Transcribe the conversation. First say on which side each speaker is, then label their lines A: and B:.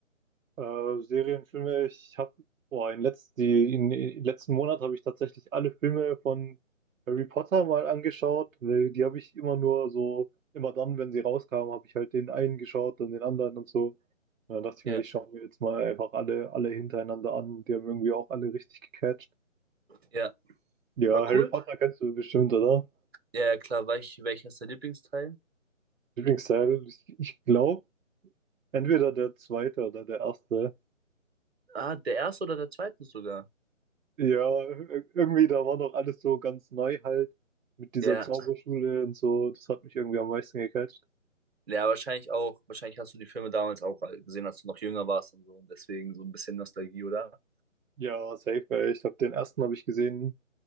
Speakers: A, on the right; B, on the right.
A: Äh, Serien, Filme, ich habe, boah, in letz die, in, in letzten Monat habe ich tatsächlich alle Filme von Harry Potter mal angeschaut, weil die habe ich immer nur so, immer dann, wenn sie rauskamen, habe ich halt den einen geschaut, und den anderen und so. Und dann dachte ich
B: Ja,
A: mir, ich schaue mir jetzt mal einfach alle, alle hintereinander an. Die haben irgendwie auch alle richtig gecatcht.
B: ja,
A: Ja,
B: war
A: Harry
B: cool.
A: Potter kennst du bestimmt, oder?
B: Ja, ja, klar. Welch, welcher ist dein Lieblingsteil?
A: Lieblingsteil, ich, ich glaube, entweder der zweite oder der erste.
B: Ah, der erste oder der zweite sogar?
A: Ja, ir- irgendwie, da war noch alles so ganz neu halt mit dieser
B: Ja,
A: Zauberschule und so. Das hat mich irgendwie am meisten gecatcht.
B: Ja, wahrscheinlich auch, wahrscheinlich hast du die Filme damals auch gesehen, als du noch jünger warst und so. Und deswegen so ein bisschen Nostalgie, oder?
A: Ja, safe, ey. Ich habe den ersten habe ich gesehen,